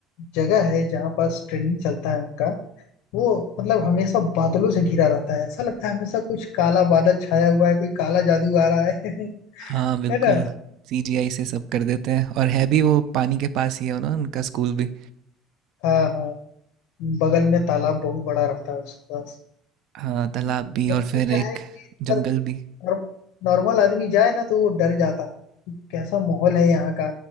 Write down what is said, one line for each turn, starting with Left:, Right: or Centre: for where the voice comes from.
Left: जगह है जहाँ पास ट्रेनिंग चलता है उनका वो मतलब हमेशा बादलों से घिरा रहता है ऐसा लगता है हमेशा कुछ काला बादल छाया हुआ है कोई काला जादू आ रहा है <laughs>
Right: हाँ बिल्कुल
Left: है ना
Right: सीजीआई से सब कर देते हैं और है भी वो पानी के पास ही है ना उनका स्कूल भी
Left: हाँ हाँ बगल में तालाब बहुत बड़ा रहता है उसके पास
Right: हाँ तालाब भी
Left: थोड़ा
Right: और फिर
Left: सा क्या
Right: एक
Left: है कि
Right: जंगल
Left: अगर
Right: भी
Left: नॉर्मल नॉर्मल आदमी जाए ना तो वो डर जाता है कि कैसा माहौल है यहाँ का